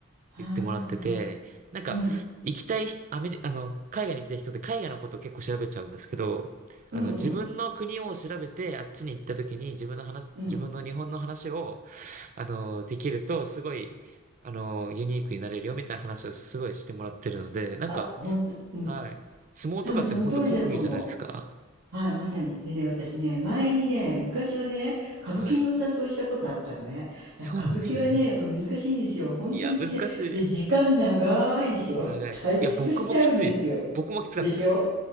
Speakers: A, on the right; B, on the right.
A: はいはい。
B: 言ってもらってて、なんか、
A: うん。
B: 行きたい、アメリ、あの、海外に行きたい人って海外のことを結構調べちゃうんですけど、あの、
A: うんうん。
B: 自分の国を調べて、あっちに行った時に自分の話、
A: うん。
B: 自分の日本の話を、あの、できると、すごい、あの、ユニークになれるよみたいな話をすごいしてもらってるので、なんか、
A: あ、ほんと、うん。
B: はい。相撲とかってもう本当国技じゃないですか。
A: 多分その通りだと思う。はい、まさに。でね、私ね、前にね、昔はね、歌舞伎にお誘いしたことあったのね。
B: はい。そうなんですね。
A: だから歌舞伎はね、やっぱ難しいんですよ。本当に好きで。
B: いや、難し
A: で、時間長いでしょ。
B: い。長いし。
A: <laughs> 退屈しちゃうんですよ。
B: いや、僕もきついです。僕もきつかったです。
A: でしょ